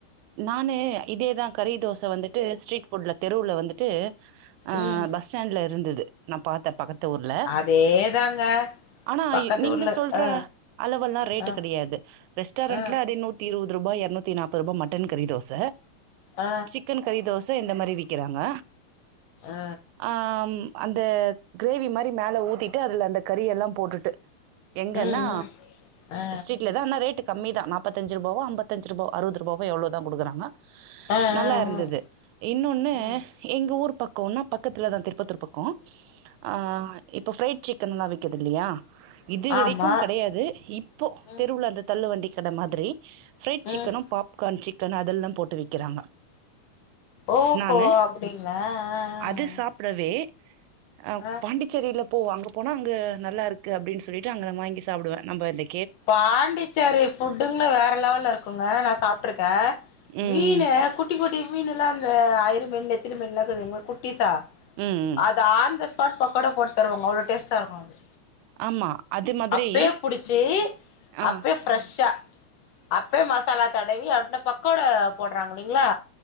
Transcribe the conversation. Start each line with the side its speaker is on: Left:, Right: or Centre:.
Right: நானு இதே தா கறி தோச வந்துட்டு ஸ்ட்ரீட் ஃபுட்ல தெருவுல வந்துட்டு அ
Left: ம்
Right: பஸ் ஸ்டாண்ட்ல இருந்துது நா பாத்தே பக்கத்து ஊர்ல
Left: அதேதாங்க
Right: ஆனா
Left: பக்கத்து
Right: நீங்க
Left: ஊர்ல
Right: சொல்ற
Left: ஆ
Right: அளவெல்லா ரேட்டு
Left: ஆ
Right: கெடையாது ரெஸ்டாரெண்ட்ல
Left: ஆ
Right: அதே நூத்தி இருவது ருபா இரநூத்தி நாப்ப ரூபா மட்டன் கறி தோச
Left: அ
Right: சிக்கன் கறி தோச இந்த மாரி விக்கிறாங்க
Left: ஆ
Right: ஆ ம் அந்த கிரேவி மாரி மேலே ஊத்திட்டு அதுல அந்த கறி எல்லா போட்டுட்டு எங்கன்னா
Left: ம் ம் ஆ
Right: ஸ்ட்ரீட்ல தா ஆனா ரேட்டு கம்மி தா நாப்பத்தஞ்சு ரூபாவோ அம்பத்தஞ்சு ரூபா அறுபது ரூபாவோ எவ்ளோ தா குடுக்குறாங்க
Left: ஆ
Right: நல்லா இருந்தது
Left: ம்
Right: இன்னொன்னு
Left: ம்
Right: எங்க ஊர் பக்கோனா பக்கத்துலதா திருப்பத்தூர் பக்கோ ஆ இப்போ ஃப்ரைட் சிக்கன்ல்லா விக்குது இல்லையா இது வரக்கு
Left: ஆமா
Right: கிடையாது இப்போ
Left: ம்
Right: தெருவுல அந்த தள்ளு வண்டி கட மாதிரி ஃபிரைட் சிக்கனு
Left: ம்
Right: கான் சிக்கன் அதெல்லா போட்டு விக்கிறாங்க
Left: ஓஹோ
Right: நானு
Left: அப்டிங்களா ஆ ஆ
Right: அது சாப் க்கவே அம்
Left: ஆ
Right: பாண்டிச்சேரில போ அங்க போனா அங்க நல்லாருக்கு அப்டின்னு சொல்லிட்டு அங்க வாங்கி சாப்டுவே நம்ப லே
Left: பாண்டிச்சேரி ஃபுட்டுங்க வேற லெவல்ல இருக்குங்க நா சாப்ட்ருக்கே
Right: ம்
Left: மீனு
Right: ம்
Left: குட் குட்டி குட்டி மீனுலா அந்த அயிர மீன் நெத்திலி மீன்லா சொல்விங்ள குட்டிசா
Right: ம் ம்
Left: அது ஆந்தஸ் பாட் பக்கோடா போட் தருவாங்க அவ்ளோ டேஸ்ட்டா இருக்கு அது
Right: ஆமா அது மாதிரி
Left: அப்பயே புடிச்சி
Right: ஆ
Left: அப்பே ஃப்ரெஷ்ஷா அப்பே மசாலா தடவி அப்ன பக்கோட போட்றாங்க இல்லிங்ளா